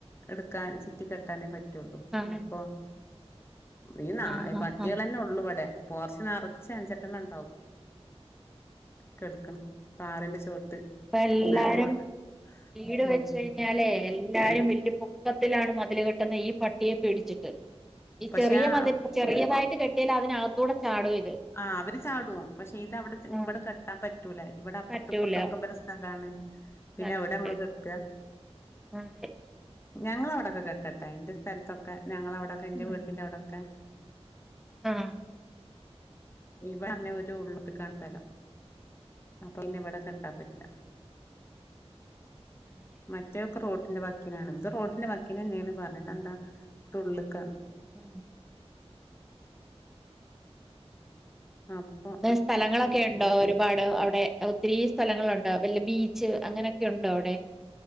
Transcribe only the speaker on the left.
എടുക്കാൻ ചുറ്റി കെട്ടാനേ പറ്റുള്ളൂ
അപ്പൊ ഈ നായി
പട്ടികളന്നെ
ഉള്ളൂ ഇവിടെ. പോറച്ച് നെറച്ച് അഞ്ചെട്ടെണ്ണം ഉണ്ടാവും കെടുക്കണ് കാറിന്റെ ചോട്ട്
നേരം വെള്
ഉം
പക്ഷെ
ആ
ആഹ് അവര് ചാടും പക്ഷെ ഇത് അവിടെ ചെമ്
ഇവിടെ കെട്ടാൻ പറ്റ് പറ്റൂല ഇവിടെ അപ്പുറത്ത്
ഇപ്പുറത്തൊക്കെ ഇബരെ സ്ഥലാണ്. പിന്നെ
എവിടെയാ നമ്മള് കെട്ടുക.
ഞങ്ങളെ അവിടൊക്കെ കെട്ടട്ടെ എന്റെ സ്ഥത്തൊക്കെ ഞങ്ങള അവിടൊക്കെ എന്റെ
വീടിന്റെ അവിടൊക്കെ.
ഇവിടെന്നെ ഒരു ഉള്ളത്ത്ക്കാണ് സ്ഥലം അപ്പൊ പിന്നെ ഇവിടെ കെട്ടാൻ പറ്റില്ല.
മറ്റേവക്ക് റോട്ടിന്റെ വക്കിനാണ് ഇത് റോഡിന്റെ വക്കിനന്നെയാണ് പറഞ്ഞിട്ട് എന്താ ഉള്ളിക്കാണ്.
അപ്പം